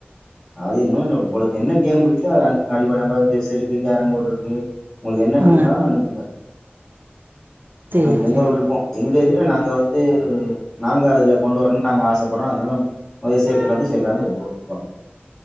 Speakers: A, on the left; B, on the right.
A: அது இன்னோ உங்களுக்கு என்ன கேம் புடிக்குதோ அது அனுப்புங்க அடிபடமா செஸ் இருக்கு கேரம் போட்ருக்கு உங்களுக்கு என்ன புடிக்கு
B: ஆ
A: அனுப்புங்க
B: சேரி
A: அது உங்க
B: சேரி
A: விருப்போ எங்க இதுல நாங்க வந்து து நாங்க அதுல கொண்டு வரனு நாங்க ஆசப்பறோ அதனால <unintelligible> சேக்குறது சேக்காதது உங்க விருப்போ